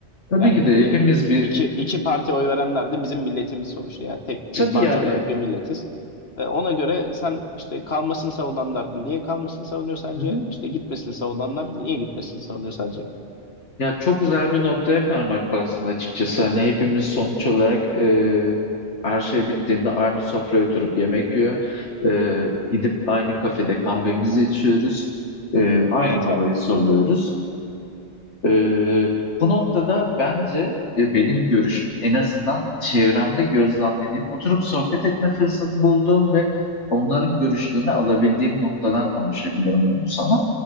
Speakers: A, on the left (about 85°); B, on the left (about 60°).
A: tabii
B: Yani
A: ki de
B: e,
A: hepimiz bir
B: iki, iki parti oy verenler de bizim milletimiz sonuçta. Yani tek
A: tabii
B: bir parça
A: yani
B: olarak bir milletiz. E, ona göre sen işte kalmasını savunanlar niye kalmasını savunuyor sence?
A: Hı hı.
B: İşte gitmesini savunanlar niye gitmesini savunuyor sence?
A: Ya çok güzel bir noktaya parmak bastın açıkçası. Hani hepimiz sonuç olarak e, her şey bittiğinde aynı sofraya oturup yemek yiyor. E, gidip aynı kafede kahvemizi içiyoruz. E, aynı
B: Evet
A: havayı
B: abi.
A: soluyoruz. E, bu noktada bence e, benim görüşüm en azından çevremde gözlemlediğim, oturup sohbet etme fırsatı bulduğum ve onların görüşlerini alabildiğim noktadan konuşabilirim bunu sana